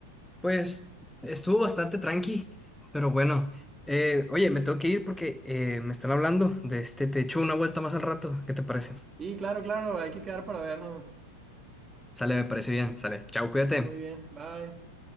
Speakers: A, in the centre; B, on the right.
A: Pues estuvo bastante tranqui, pero bueno. Eh, oye, me tengo que ir porque eh, me están hablando de este. Te echo una vuelta más al rato. ¿Qué te parece?
B: Sí, claro, claro, hay que quedar para vernos.
A: Sale, me parece bien. Sale. Chao, cuídate.
B: Sí, muy bien. Bye.